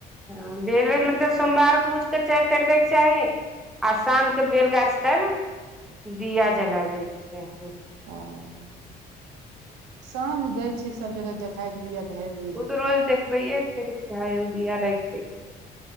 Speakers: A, in the centre; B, on the right (about 80°).
A: ह <unintelligible> मतलब सोमवार पुछ कऽ चाय खैरदयके चाही आ शाम केँ बेलगाछ तर <inaudible> दिया
B: हँ
A: जला दैत कऽ चाही
B: <unintelligible> साँझ दैय छै सब जगह देख <unintelligible>
A: ओ तऽ रोज देखबैय केँ छै हँ एगो दिया रैख दै कऽ चाही